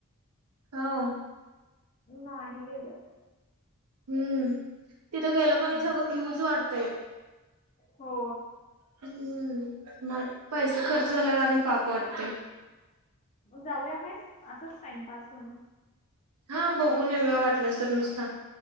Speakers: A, on the right; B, on the left.
A: हो
B: नाही गेलं.
A: हम्म तिथं गेलो क
B: हम्म.
A: नाही सगळं घेऊच वाटतंय.
B: हो.
A: हम्म मग पैसे खर्च झाल्यावर आणि पाप वाटतंय.
B: जाऊया काय असंच टाइमपास म्हणून?
A: हा बघून येऊया वाटलंस तर नुसता.